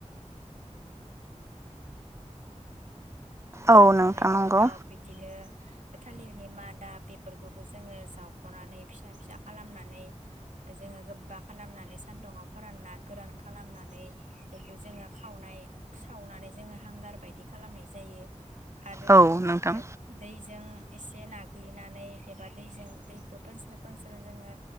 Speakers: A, on the right; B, on the right.
A: फोरानखांनायनि
B: औ नोंथां नंगौ
A: उनाव बिदिनो थालिरनि मादा बेफोरखौबो जोङो जावख'नानै फिसा फिसा खालामनानै जोङो गोब्बा खालामनानै सान्दुुङाव फोरानना गोरान खालामनानै बेखौ जोङो खावनाय सावनानै जोङो हांगार बायदि खालामनाय जायो। आरो
B: औ नोंथां
A: दैजों एसे नाग्लिनानै एबा दैजों दैखो फोनस्रो फोनस्रो जोङो